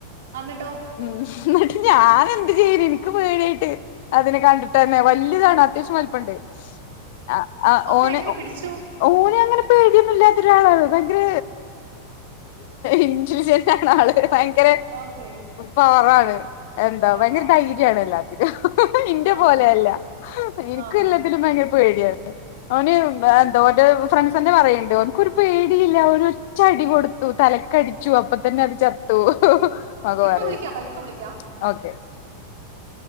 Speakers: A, on the right; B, on the left.
A: അന്നിട്ടോ
B: ഉം എന്നിട്ട് ഞാൻ എന്ത് ചെയ്യ്ണ് എനിക്ക് പേടിയായിട്ട് അതിനെ കണ്ടിട്ട് തന്നെ വലിയതാണ് അത്യാവശ്യം വല്പ്പണ്ട് ആ
A: അപ്പൊ
B: ഓൻ
A: എങ്ങനെ പിടിച്ചു
B: ഓൻ അങ്ങനെ പേടിയൊന്നുംല്ലാത്ത ഒരാളാണ് ഭയങ്കര ഇൻസുൻാണ് ആള് ഭയങ്കര,
A: ഓക്കെ
B: പവറാണ് എന്താ ഭയങ്കര
A: ആഹാ
B: ധൈര്യണല്ലാ, ഇന്റെ
A: ആഹാ
B: പോലെയല്ല എനിക്കു
A: ആഹാ
B: എല്ലാത്തിനും ഭയങ്കര പേടിയാണ്, ഓന് ന്തോ ഓന്റെ ഫ്രണ്ട്സ്ന്നെ പറയണ്ട് ഓൻക്കൊരു പേടിയില്ല ഓന് ഒറ്റടി കൊടു ത്തു തലക്കടിച്ചു അപ്പൊ തന്നെ അത് ചത്തു ന്നൊക്കെ
A: ഇപ്പൊ
B: പറയുന്നു
A: വിളിക്കാട്ടോ ഇപ്പൊ വിളിക്കാം
B: ഓക്കെ
A: ഉം.